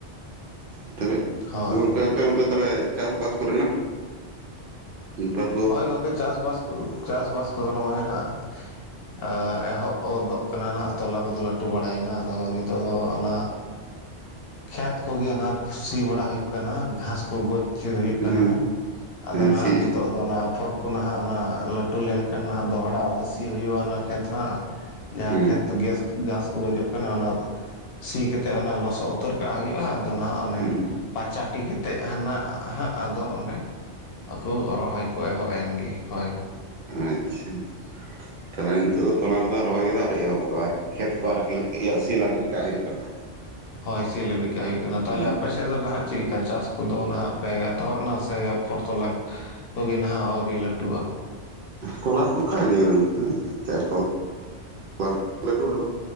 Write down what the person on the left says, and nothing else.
ᱦᱳᱭ
ᱦᱳᱭ ᱜᱚᱢᱠᱮ ᱪᱟᱥᱼᱵᱟᱥ ᱪᱟᱥᱵᱟᱥ ᱠᱚᱫᱚ ᱱᱚᱜ-ᱚᱭ ᱦᱟᱸᱜ ᱟ ᱮᱦᱚᱵ ᱜᱚᱫᱚᱜ ᱠᱟᱱᱟ ᱱᱟᱜ ᱛᱚᱞᱟ ᱠᱚᱫᱚ ᱞᱟᱹᱴᱩ ᱵᱟᱲᱟᱭ ᱮᱱᱟ ᱟᱫᱚ ᱱᱤᱛᱳᱜ ᱫᱚ ᱚᱱᱟ ᱠᱷᱮᱛ ᱠᱚᱜᱮ ᱚᱱᱟ ᱥᱤ ᱵᱟᱲᱟ ᱦᱩᱭᱩᱜ ᱠᱟᱱᱟ ᱜᱷᱟᱸᱥ ᱠᱚ ᱜᱚᱡ ᱥᱤ ᱦᱩᱭᱩᱜ ᱠᱟᱱᱟ
ᱟᱫᱚ
ᱱᱟᱦᱟᱜ
ᱱᱤᱛᱚᱜ ᱟᱫᱚ ᱚᱱᱟ ᱟᱯᱷᱚᱨ ᱠᱚ ᱱᱟᱦᱟᱜ ᱚᱱᱟ ᱞᱟᱹᱴᱩ ᱞᱮᱱᱠᱷᱟᱱ ᱱᱟᱦᱟᱜ ᱫᱚᱦᱲᱟ ᱟᱫᱚ ᱥᱤ ᱦᱩᱭᱩᱜᱼᱟ ᱚᱱᱟ ᱠᱷᱮᱛ ᱦᱟᱸᱜ ᱡᱟᱦᱟᱸ
ᱠᱷᱮᱛ ᱜᱮᱥ ᱜᱷᱟᱸᱥ ᱠᱚ ᱜᱚᱡᱚᱜ ᱠᱟᱱᱟ ᱚᱱᱟ ᱥᱤ ᱠᱟᱛᱮ ᱚᱱᱟ ᱞᱚᱥᱚᱫ ᱩᱛᱚᱨ ᱠᱟᱜ ᱦᱩᱭᱩᱜᱼᱟ ᱟᱫᱚ ᱱᱟᱦᱟᱜ ᱚᱱᱮ
ᱯᱟᱪᱟᱴᱤ ᱠᱟᱛᱮᱫ ᱦᱟᱱᱟ ᱦᱟᱸᱜ ᱟᱫᱚ ᱚᱱᱮ ᱟᱠᱚ ᱨᱚᱦᱚᱭ ᱠᱚ ᱮᱦᱚᱵ ᱮᱱ ᱜᱮ ᱦᱳᱭ
ᱦᱳᱭ ᱥᱤ ᱞᱮᱵᱤᱫ ᱠᱟᱜ ᱦᱩᱭᱩᱜ ᱠᱟᱱᱟ ᱛᱟᱦᱚᱞᱮ
ᱟᱯᱮ ᱟᱱᱛᱮ ᱫᱚ ᱱᱟᱦᱱᱟᱜ ᱪᱮᱞᱮᱠᱟ ᱪᱟᱥ ᱠᱚᱫᱚ ᱱᱟᱦᱟᱜ ᱯᱮ ᱮᱛᱚᱦᱚᱵ ᱱᱟ ᱥᱮ ᱟᱯᱷᱚᱨ ᱛᱚᱞᱟ ᱠᱚᱜᱮ ᱱᱟᱦᱟᱜ ᱟᱣᱹᱨᱤ ᱞᱟᱹᱴᱩᱜᱼᱟ᱾